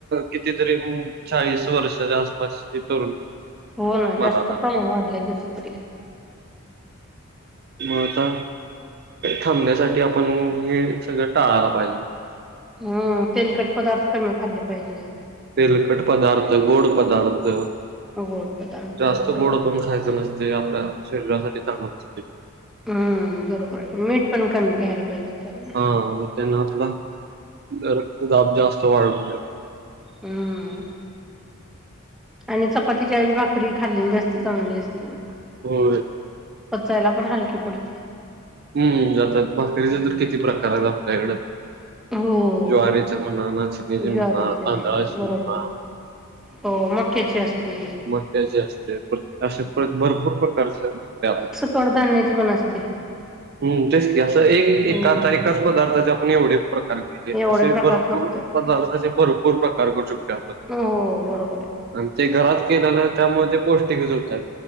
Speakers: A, on the right (about 45°); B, in the centre.
A: कितीतरी चाळीस वर्षाच्या आसपास तरुण
B: हो ना,
A: मराला
B: जास्त प्रमाण वाढलंय त्याच तरी
A: मग आता थांबण्यासाठी आपण हे सगळं टाळायला पाहिजे.
B: हम्म, तेलकट पदार्थ कमी खाल्ले पाहिजे.
A: तेलखट पदार्थ, गोड पदार्थ,
B: गोड पदार्थ
A: जास्त
B: बरोबर
A: गोड पण खायचं नसते. आपल्या शरीरासाठी चांगलं नसते.
B: हम्म, बरोबर आहे. मीठ पण कमी घ्यायला पाहिजे. तेला
A: हा त्यांना आपला रक्तदाब जास्त वाढत.
B: हम्म. आणि चपातीच्या आची भाकरी खाल्लेली असस्त चांगली असते. मग
A: हो.
B: पचायला पण हलकी पडते.
A: हम्म जातात भाकरीचे तर किती प्रकार आहेत आपल्याकड
B: हो.
A: ज्वारीची म्हणा नाचिणीचे
B: ज्वारीची
A: म्हणा
B: आहे
A: तांदळाची
B: बरोबर.
A: म्हणा.
B: हो मक्याची असते.
A: मक्या जे असते असे भरपूर प्रकारचे असते आपल्या
B: चोड धान्याचे पण असते.
A: हम्, तेच की असं एक
B: हम्म
A: एका आता एकाच पदार्थचे आपण एवढे केले
B: एवढे
A: तसे
B: प्रकार
A: भरपूर
B: करते आपण.
A: पदार्थ भरपूर प्रकार करक
B: हो बरोबर आहे.
A: आणि ते घरात केलेलं त्यामुळे ते पौष्टिकच होतात.